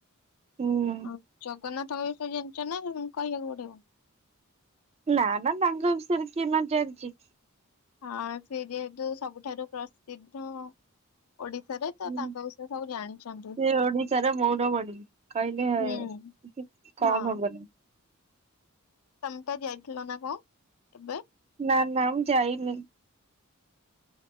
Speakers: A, on the right; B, on the left.
A: ହୁଁ
B: ଆ ଜଗନ୍ନାଥ ଙ୍କୁ ଜାଣିଛ ନା କହିବାକୁ ପଡିବ?
A: ନା ନା ତାଙ୍କ ବିଷୟରେ କିଏ ନ ଜାଣିଚି?
B: ହଁ ସେ ଯେହେତୁ ସବୁଠାରୁ ପ୍ରସିଦ୍ଧ ଓଡିଶାରେ ତ
A: ହୁଁ,
B: ତାଙ୍କ ବିଷୟ ସବୁ ଜା ଜାଣିଚନ୍ତି
A: ସେ ଓଡ଼ିିଶା ର ମୌଡ ମଣି କହିଲେ
B: ହୁଁ।
A: କିଛି
B: ହଁ
A: କମ୍ ହବନି
B: ତମେ ପା ଯାଇଥିଲ ନା କଣ ଏବେ?
A: ନା ନା ମୁଁ ଯାଇନି।